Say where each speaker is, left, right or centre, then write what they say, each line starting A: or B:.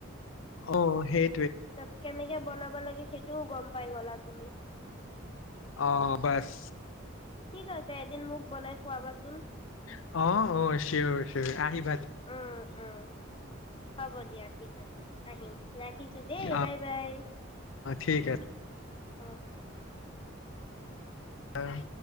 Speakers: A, on the left; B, on the left.
A: অ', সেই
B: তাৰপিছত কেনেকে বনাব লাগে সেইটোও গম প পাই গলা তুমি।
A: অ', বাছ।
B: ঠিক আছে এদিন মোক বনাই খুৱাবাচোন।
A: অ', অ', চিঞৰ চিঞৰ আহিব
B: উ, উ হ'ব দিয়া ঠিক আছে আহিম ৰাখিছো দেই
A: অ'
B: বাই বাই।
A: ঠিক আছে
B: উহ।
A: আহ।